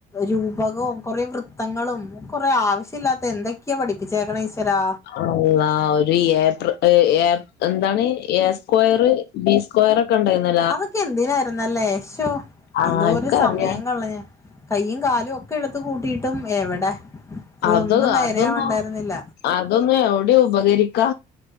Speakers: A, on the left; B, on the left.
A: രൂപകവും കൊറേ വൃത്തങ്ങളും കൊറേ ആവശ്യല്ലാത്ത എന്തൊക്കെയാ പഠിപ്പിച്ചേക്കണ് ഈശ്വരാ
B: അള്ളാ ഒരു ഏപ്ര ഏഹ് എന്താണ് എ സ്ക്വയർ ബി സ്ക്വയറൊക്കെണ്ടായിരുന്നല്ലോ
A: അതൊക്കെ എന്തിനായിരുന്നല്ലേ ശോ
B: ആർക്കറിയാ
A: എന്തോരു സമയം കളയാ കൈയും കാലും ഒക്കെ എടുത്ത് കൂട്ടിയിട്ടും എവടെ ഇതൊന്നും
B: അത്
A: നേരെെയവണ്ടായിരുന്നില്ല.
B: അതൊന്നും അതൊന്നും എവടീം ഉപകരിക്കാ